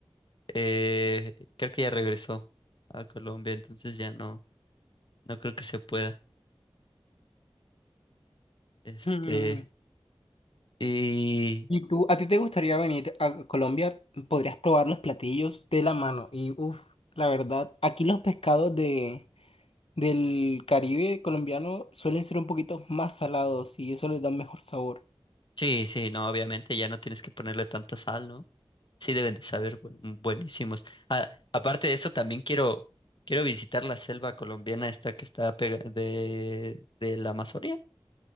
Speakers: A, on the left; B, on the left.
A: eh, creo que ya regresó a Colombia, entonces ya no, no creo que se pueda. Este,
B: Mm.
A: y
B: Y tú, ¿a ti te gustaría venir a Colombia? Podrías probar los platillos de la mano. Y uff, la verdad, aquí los pescados de, del Caribe colombiano suelen ser un poquito más salados y eso les da un mejor sabor.
A: sí, sí, no, obviamente ya no tienes que ponerle tanta sal, ¿no? Sí deben de saber bu- buenísimos. Ah, aparte de eso, también quiero, quiero visitar la selva colombiana esta que está pega- de, de la Amazonia.